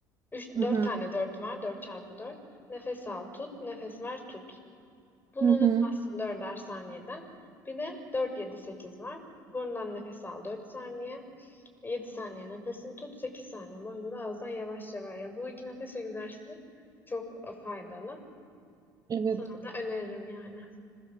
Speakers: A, on the left; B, on the right.
A: 3, 4
B: hı.
A: tane 4 var, 4 çarpı 4. Nefes al tut, nefes ver tut. Bunu
B: Hı
A: unutmazsın
B: hı.
A: dörder saniyeden. Bir de 4 7 8 var. Burundan nefes al 4 saniye. 7 saniye nefesini tut, 8 saniye boyunca da ağızdan yavaşça ver. Ya bu iki nefes egzersizi çok faydalı.
B: Evet.
A: Sana da öneririm yani.